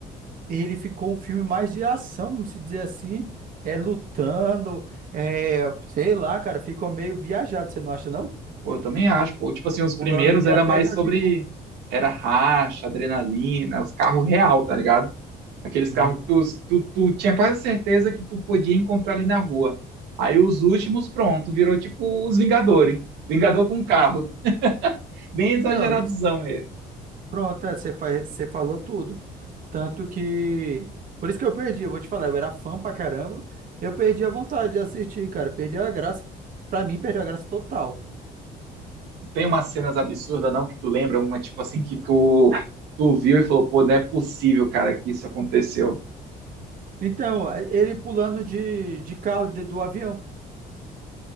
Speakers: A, on the right (about 55°); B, on the right (about 85°).
A: Ele ficou um filme mais de ação, vamos se dizer assim. É lutando. É, sei lá, cara. Ficou meio viajado, você não acha, não?
B: Pô, eu também acho, pô. Tipo assim, os primeiros
A: Pulando de
B: era
A: até
B: mais
A: de avião.
B: sobre... Era racha, adrenalina, os carros real, tá ligado? Aqueles
A: Uhum.
B: carros que tu, tu, tu tinha quase certeza que tu podia encontrar ali na rua. Aí os últimos, pronto, virou tipo os Vingadores. Vingador com carro. Bem
A: Então,
B: exageradozão
A: isso.
B: mesmo.
A: Pronto, é, você fa- você falou tudo. Tanto que. Por isso que eu perdi, eu vou te falar, eu era fã pra caramba. Eu perdi a vontade de assistir, cara. Perdeu a graça. Pra mim, perdeu a graça total.
B: Tem umas cenas absurdas, não, que tu lembra? Uma, tipo assim, que tu, tu viu e falou, pô, não é possível, cara, que isso aconteceu.
A: Então, a- ele pulando de, de carro de- do avião, pô.